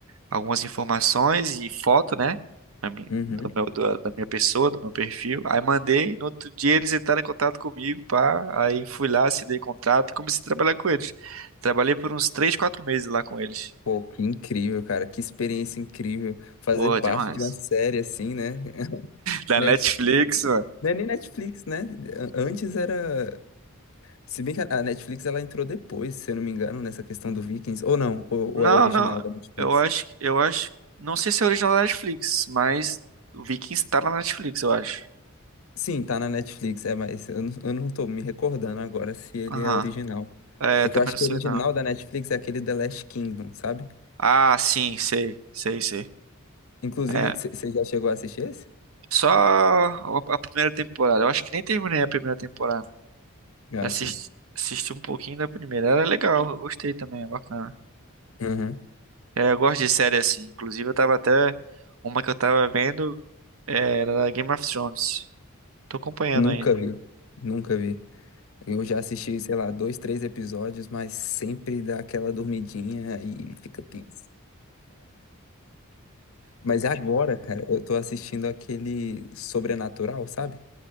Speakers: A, on the right; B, on the left.
A: algumas informações e foto, né? Da minha,
B: Uhum.
A: do meu- do- da minha pessoa, do meu perfil. Aí mandei, no outro dia eles entraram em contato comigo, pá. Aí fui lá, assinei contrato e comecei a trabalhar com eles. Trabalhei por uns 3, 4 meses lá com eles.
B: Pô, que incrível, cara. Que experiência incrível. Fazer
A: Pô,
B: parte
A: demais.
B: de uma série assim, né? <laughs>
A: Da
B: Net...
A: Netflix, mano.
B: Não é nem Netflix, né? A- Antes era. Se bem que a a Netflix ela entrou depois, se eu não me engano, nessa questão do Vikings. Ou não, ou,
A: Não,
B: ou é original
A: não.
B: da Netflix.
A: Eu acho, eu acho. Não sei se é original da Netflix, mas o Vikings tá na Netflix, eu acho.
B: Sim, tá na Netflix, é, mas eu não, eu não tô me recordando agora se ele
A: Aham.
B: é original.
A: É,
B: Porque
A: também
B: eu acho
A: não sei
B: que o original
A: não.
B: da Netflix é aquele The Last Kingdom, sabe?
A: Ah, sim, sei, sei, sei.
B: Inclusive,
A: É.
B: você já chegou a assistir esse?
A: Só a a primeira temporada. Eu acho que nem terminei a primeira temporada.
B: Já,
A: Assisti,
B: sim.
A: assisti um pouquinho da primeira. Era legal, eu gostei também, é bacana.
B: Uhum.
A: É, eu gosto de série assim. Inclusive, eu tava até. Uma que eu tava vendo é, era da Game of Thrones. Tô acompanhando
B: Nunca
A: ainda.
B: vi. Nunca vi. Eu já assisti, sei lá, dois, três episódios, mas sempre dá aquela dormidinha e fica tenso. Mas agora, cara, eu tô assistindo aquele Sobrenatural, sabe?